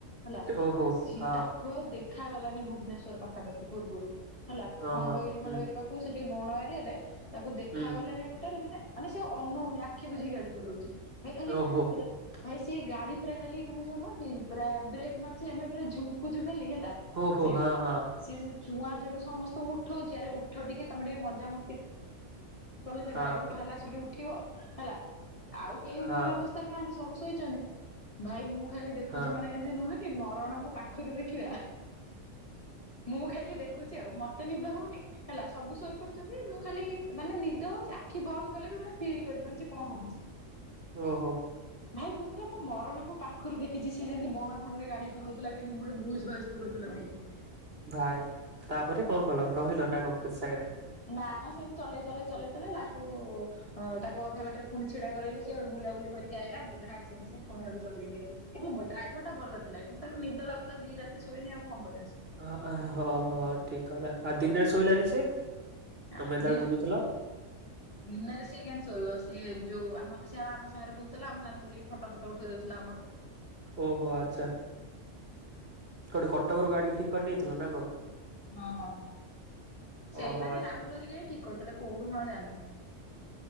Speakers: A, on the left; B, on the right.
A: ହେଲା
B: ଓହୋ
A: ସିଏ
B: ହଁ
A: ତାକୁ ଆଉ ଦେଖ ଦେଖାଗଲାନି ଭୁବନେଶ୍ୱର ପାଖାପାଖି ପୂର୍ବରୁ ହେଲା
B: ଓହୋ
A: ଖଣ୍ଡଗିରି ଫଣ୍ଡଗିରି
B: ହୁଁ
A: ପାଖକୁ ସେ ଏ ବଣ ଏରିଆଟେ ତାକୁ ଦେଖାଗଲାନି
B: ହୁଁ
A: ଟୋଟାଲି ମାନେ ମାନେ ସେ ଅନଉନି ଆଖି ବୁଝିକିଗାଡି ଚଲଉଚି। ଭାଇ ଖାଲି
B: ଓହୋ
A: ପୁରା ଭାଇ ସେ ଗାଡି ପୁରା ଖାଲି ମାନେ ଯୋଉନ କି ପୁରା ବ୍ରେକ୍ ମାରୁଚି ଆମେ ପୁରା ଝୁଙ୍କୁଚୁ ଖାଲି ହେଲା
B: ଓହୋ
A: ସେଠି
B: ହଁ ହଁ
A: ସିଏ ଚୁଆ ସେଠୁ ସମସ୍ତଙ୍କୁ ଉଠଉଛି ଆରେ ଉଠ ଟିକେ ତମେ ଟିକେ ମଜାମସ୍ତି କହଲେ ସେ
B: ହଁ
A: ଡ୍ରାଇଭରଟା ହେଲା ସେଠି ଉଠିବ ହେଲା ଆଉ କେହି ଉଠିବା
B: ହଁ
A: ଅବସ୍ଥାରେ ନାହାନ୍ତି ସବୁ ଶୋଇଛନ୍ତି ଭାଇ ମୁଁ ଖାଲି ଦେଖୁଛି
B: ହଁ
A: ମାନେ ଏନ୍ତି ନୁହଁ କି ମରଣକୁ ପାଖରୁ ଦେଖିବା। ମୁଁ ଖାଲି ଦେଖୁଛି ଆଉ ମତେ ନିଦ ହଉ ନି ହେଲା ସବୁ ଶୋଇପଡିଛନ୍ତି ମୁଁ ଖାଲି ମାନେ ନିଦ ହଉଛି ଆଖି ବନ୍ଦ କଲେ ବି ମୁ ଫିଲ୍ କରିପାରୁଛି କଣ ହଉଛି।
B: ଓହୋ
A: ଭାଇ ମୁଁ ପୁରା ମୋ ମରଣକୁ ପାଖରୁ ଦେଖିଛି ସେ ଯେମିତି ବଣ ଫଣରେ ଗାଡି ପୁରଉଥିଲା କେମତି ପୁରା ଭୁସ୍ ଭାସ୍ ପୁରଉଥିଲା ନେଇକି।
B: ଭାଇ ତାପରେ କଣ କଲ ରହିଲ ନା କଣ କୋଚି ସାଙ୍ଗରେ
A: ନା ନା ସେମିତି ଚଲେଇ ଚଲେଇ ଚଲେଇ ଚଲେଇ ଲାଷ୍ଟୁକୁ ଅଁ ତାକୁ ଅଧା ବାଟରେ ପୁଣି ଛିଡା କରାଇଲୁ ସିଏ ହେଠୁ ବୁଲାବୁଲି କରିକି ଆଇଲା <inaudible> ସେ ପୁଣିଆଡୁ ଚଲେଇକ ଆଇଲୁ। ଏ ଡ୍ରାଇଭର ଟା ଭଲ ଥିଲା କିନ୍ତୁ ତାଙ୍କୁ ନିଦ ଲାଗୁଥିଲା ଦି ରାତି ଶୋଇନି ଆଉ କଣ କରିବ ସେ।
B: ଅ ହ ହୋ ହୋ ଠିକ୍ କଥା ଆଉ ଦିନରେ ଶୋଇଲାନି ସେ।
A: ଆ
B: ତମେ ଯେତେବେଳେ
A: ଦି
B: ବୁଲୁଥିଲ
A: ଦିନରେ ସେ କେତି ଶୋଇିବ ସେ ଯୋଉ ସେ ଆଉ ଆମ ସାଙ୍ଗରେ ବୁଲୁଥିଲା ଆମ ସାଙ୍ଗ ବୁଲିକ ଫଟ ଫଟ ଉଠେଇ ଦେଉଥିଲା ଆମର।
B: ଓହୋ ଆଚ୍ଛା। କଉଠି କଟକରୁ ଗାଡି ଠିକ୍ କରି ନେଇଥିଲ ନା କଣ।
A: ହଁ ସେଇମାନେ
B: ଓହୋ ଆଚ୍ଛା
A: ରାହୁଲ ଘରିକା ହିଁ ଠିକ୍ କରୁଥିଲେ କୋଉଠୁ ମୁ ଆଉ ଜାଣିନି।